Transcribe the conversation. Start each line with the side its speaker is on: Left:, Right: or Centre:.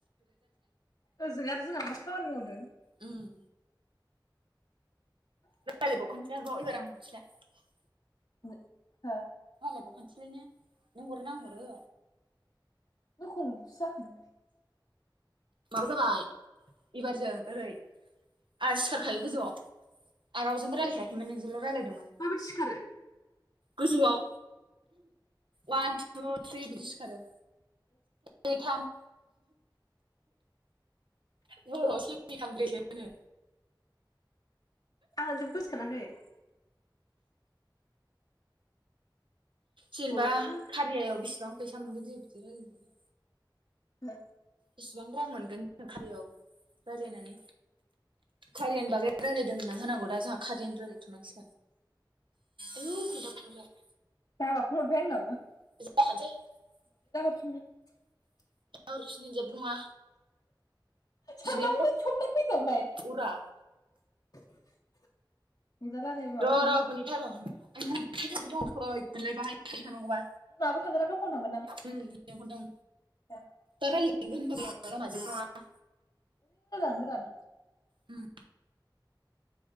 Left: ओजों आरो जोंहा मा खामानि मावदों
Right: उम रायलायबावखानिसै र इबार आङो। <inaudible>
Left: हो।
Right: रायज्लाय बावखानिसै ने नों हरो ना आं हरो।
Left: बेखुन सा। <unintelligible>
Right: माबा जाबाय एबारजों ओरै। आ सिखारखायो गोजौआव आं रावजोंबो रायलायखायाखैमोन नोंजोंल रायलायदोमोन।
Left: माबायदि सिखारो?
Right: गोजौआव। वान टु थ्रि बिदि सिखारो नै थाम। बर' आव‌ से नै थाम ब्रै सो‌ होनो।
Left: आंहा जेबोसिखाराखै <inaudible>
Right: जेनेबा
Left: अल'खा।
Right: खारियायाव बिसिबां। फैसा मोनगोन जों बिदि रायलायनानै।
Left: हो।
Right: इसेबां रां मोनगोन जों खारियायाव। रायलायनानै। खारियानि बागै रायलायदों होनना होनांगौ दा जोंहा खारियानि रायलायनाय। थुमस औ खदा खगा <inaudible>
Left: बाबा फन हरबाय आंनावबो।
Right: <inaudible>
Left: <inaudible>
Right: <inaudible> बुङा
Left: साननाबो
Right: जिनै
Left: ओरै सबमान फैखांबाय
Right: उरा।
Left: <unintelligible> माबा
Right: र
Left: थांखाबाय
Right: र गुनिथा र। आयौ थैगोनलै बाहाय। थाबाय थानांगौबा
Left: माबा थांगोना दखानाव थांगोन
Right: उम लिहरदों
Left: आं
Right: दा <inaudible>
Left: थांगानो <inaudible>
Right: उम।